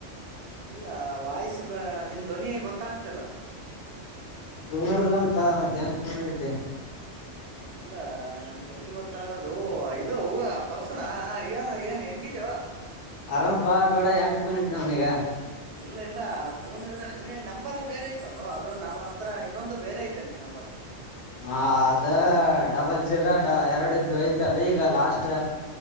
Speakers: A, on the right; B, on the left.
A: ಇಲ್ಲಾಯ ಈಗ ನಿಮ್ ಧ್ವನಿಯ ಗೊತ್ತಾಗ್ತಿಲ್ಲ
B: ಕೂ ನಡಿದ್ರನಪಾ ಮಧ್ಯಾಹ್ನ ಕೂ ನಡಿದ್ದೆ
A: ಇಲ್ಲ್ ಧ್ವನಿ ಗೊತ್ತ ದು ಇದು ಪರ್ಸನಾ ಅಯ್ಯನ ್ಯ ಹೆಂಗಿದೀವಾ
B: ಆರಾಮ ಪಾ ಗೋಡ ಹೆಂಗ್ ಕೂನ್ ಇಡ್ತಾವ್ನ ಈಗ
A: ಇಲ್ಲ ಇಲ್ಲ ಕೂನ್ಡಿದ ಇ ನಂಬರ್ ಬೇರೆ ಐತಲ್ಲೋ ಅದು ನಮ್ಮ ಹತ್ರ ಇನ್ನೊಂದು ಬೇರೆ ಐತೆ ನಿನ್ ನಂಬರ್
B: ಹ ಅದ ಡಬಲ್ ಜೀರಾಡ ಎರಡದು ಯ್ತದ ಈಗ ಲಾಸ್ಟ್